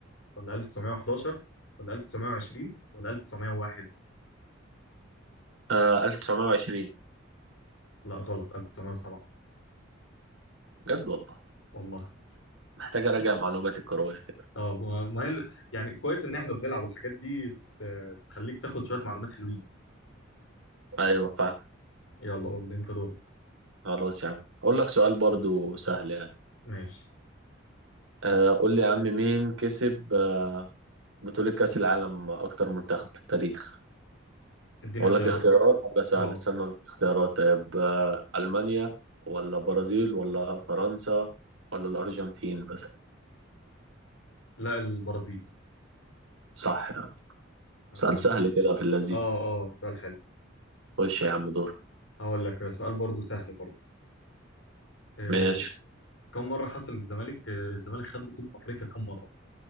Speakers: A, on the left (about 75°); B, on the right (about 90°).
A: ولا 1911 ولا 1920 ولا 1901
B: آه 1920
A: لا غلط 1907
B: بجد والله
A: والله
B: محتاج اراجع معلوماتي الكروية كده
A: اه ما ما هي ال- يعني كويس ان احنا بنلعب الحاجات دي بت... بتخليك تاخد شويه معلومات حلوين
B: ايوه فاهم
A: يلا قول لي انت دورك
B: خلاص يا عم اقول لك سؤال برضو سهل يعني
A: ماشي
B: آه قول لي يا عم مين كسب آه، بطولة كأس العالم اكتر منتخب في التاريخ
A: اديني
B: اقول
A: اختيارات
B: لك اختيارات ولا سهله
A: اه
B: استنى اقول لك اختيارات طيب آه، المانيا ولا برازيل ولا فرنسا ولا الارجنتين مثلا
A: لا البرازيل
B: صح يا عم
A: تمام
B: سؤال سهل كده في اللذيذ
A: اه اه سؤال حلو
B: خش يا عم دور
A: هقول لك سؤال برضه سهل برضه آه
B: ماشي
A: كم مره حصل الزمالك آه، الزمالك خد بطوله افريقيا كم مره